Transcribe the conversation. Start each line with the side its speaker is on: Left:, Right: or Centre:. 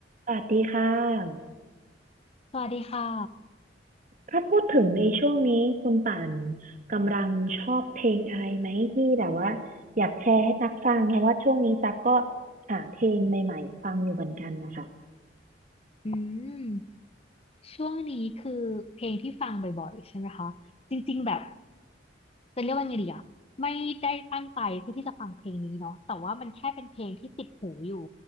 Right: สวัสดีค่ะ
Left: สวัสดีค่ะ
Right: ถ้าพูดถึงในช่วงนี้คุณป่านกำลังชอบเพลงอะไรไหมที่แบบว่าอยากแชร์ให้ตักฟังเพราะว่าช่วงนี้ตักก็หาเพลงใหม่ๆฟังอยู่เหมือนกันนะคะ
Left: อืมช่วงนี้คือเพลงที่ฟังบ่อยๆใช่ไหมคะ จริงๆแบบ จะเรียกว่าไงดีอ่ะไม่ได้ตั้งใจเพื่อที่จะฟังเพลงนี้เนาะแต่ว่ามันแค่เป็นเพลงที่ติดหูอยู่